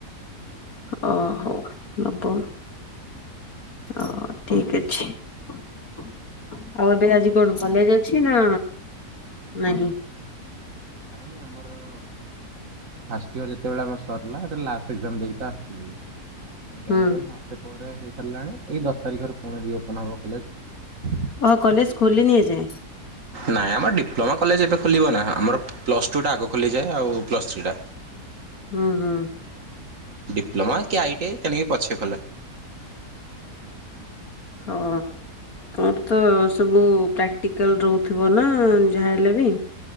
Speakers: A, on the left; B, on the right.
A: ଓହୋ ନବମ ଓ ଠିକ୍ ଅଛି। <inaudible> ଆଉ ଏବେ ଆଜି କଣ କଲେଜ ଅଛି ନା ନାହିଁ?
B: ନାଇଁ ଆମର ଫାଷ୍ଟ ଇୟର ଯେତେବେଳେ ଆମର ସରିଲା। ସେତେବେଳେ ଲାଷ୍ଟ ଏଗ୍ଜାମ୍ ଦେଇକି ପା ଆସିଥିଲି। ଏବେ
A: ହୁଁ
B: ଆମର ଏଇ ମାସେ ପରେ ହେଇ ସାରିଲାଣି। ଏଇ ଦଶ ତାରିଖରେ ପୁଣି ରିଓପନ ହବ କଲେଜ୍।
A: ଓ କଲେଜ ଖୋଲିନି ଏଯାଏଁ?
B: ନାଇଁ ଆମର ଡିପ୍ଲୋମା କଲେଜ ଏବେ ଖୋଲିବ ନା। ଆମର ପ୍ଲସ୍ ଟୁଟା ଆଗ ଖୋଲିଯାଏ ଆଉ ପ୍ଲସ୍ ଥ୍ରୀଟା।
A: ହୁଁ ହୁଁ।
B: ଡିପ୍ଲୋମା କି ଆଇଟି ଆଇ ତେଣିକି ପଛେ ଖୋଲେ।
A: ହଁ ହଁ। ତମର ତ ସବୁ ପ୍ରାକ୍ଟିକାଲ୍ ରହୁଥିବ ନା ଯାହାହେଲେ ବି।